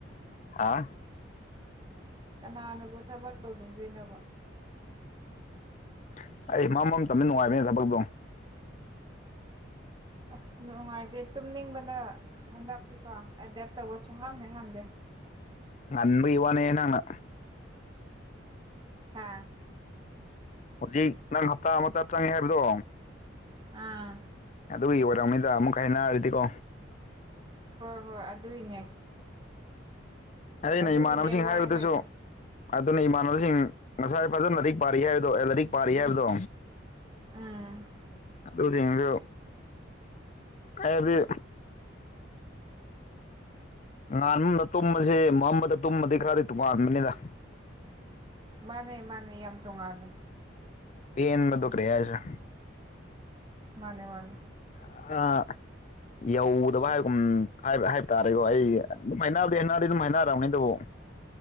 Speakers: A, on the left; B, on the right.
A: ꯍꯥ
B: ꯀꯅꯥꯅꯕꯨ ꯊꯕꯛ ꯇꯧꯅꯤꯡꯗꯣꯏꯅꯣꯕ
A: <unintelligible>
B: ꯑꯁ ꯅꯨꯡꯉꯥꯏꯇꯦ ꯇꯨꯝꯅꯤꯡꯕꯅ ꯍꯟꯗꯛꯇꯤꯀꯣ ꯑꯦꯗꯦꯞ ꯇꯧꯕ ꯁꯨꯉꯝ ꯍꯦꯛ ꯉꯝꯗꯦ
A: ꯉꯝꯕꯒꯤ ꯋꯥꯅꯦ ꯅꯪꯅ
B: ꯑꯥ
A: ꯍꯧꯖꯤꯛ ꯅꯪ ꯍꯞꯇꯥ ꯑꯃꯇ ꯆꯪꯉꯦ ꯍꯥꯏꯕꯗꯣ
B: ꯑꯥ
A: ꯑꯗꯨꯒꯤ ꯑꯣꯏꯔꯝꯒꯅꯤꯗ ꯑꯃꯨꯛ ꯀꯥꯏꯅꯔꯗꯤꯀꯣ
B: ꯍꯣꯏ ꯍꯣꯏ ꯑꯗꯨꯏꯅꯦ
A: ꯑꯩꯅ
B: ꯑꯗꯨꯒꯤꯅꯦ
A: ꯏꯃꯥꯟꯅꯕꯁꯤꯡ
B: ꯋꯥꯏ
A: ꯍꯥꯏꯕꯗꯨꯁꯨ
B: ꯍꯥꯏꯗꯣ
A: ꯑꯗꯨꯅ ꯏꯃꯥꯟꯅꯕꯁꯤꯡ ꯉꯁꯥꯏ ꯐꯖꯅ ꯂꯥꯏꯔꯤꯛ ꯄꯥꯔꯤ ꯍꯥꯏꯕꯗꯣ ꯑꯦ ꯂꯥꯏꯔꯤꯛ ꯄꯥꯔꯤ ꯍꯥꯏꯕꯗꯣ
B: ꯎꯝ
A: ꯑꯗꯨꯁꯤꯡꯗꯨ ꯑꯩꯍꯥꯢꯕꯗꯤ <unintelligible>
B: ꯃꯥꯅꯦ ꯃꯥꯅꯦ ꯌꯥꯝ ꯇꯣꯡꯉꯥꯜꯂꯦ
A: ꯄꯦꯟꯕꯗꯣ ꯀꯔꯤ ꯍꯤꯢꯁꯤꯔꯥ
B: ꯃꯥꯅꯦ ꯃꯥꯅꯦ
A: <unintelligible> ꯌꯧꯗꯕ ꯍꯥꯏꯕꯒꯨꯝ ꯍꯥꯏꯕ ꯍꯥꯏꯕ ꯇꯥꯔꯦꯀꯣ ꯑꯩ ꯑꯗꯨꯝ ꯍꯩꯅꯔꯕꯗꯤ ꯍꯩꯗꯤ ꯑꯗꯨꯝ ꯍꯥꯏꯅꯔꯝꯅꯤ ꯑꯗꯨꯕꯨ